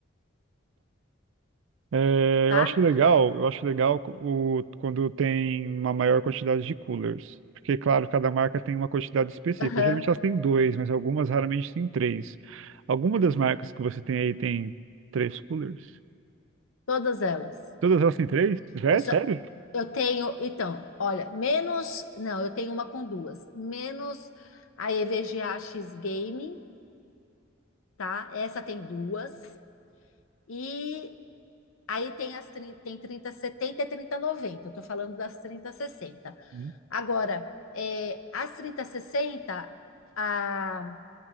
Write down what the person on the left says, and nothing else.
tá?
Aham,
todas elas.
Eu
só-
Eu tenho, então, olha, menos, não, eu tenho uma com duas, menos a EVGA X Gaming, tá? Essa tem duas, e aí tem as 30, tem trinta, e 3090, eu tô falando das trinta, e sessenta.
Agora, é, as trinta e sessenta, a,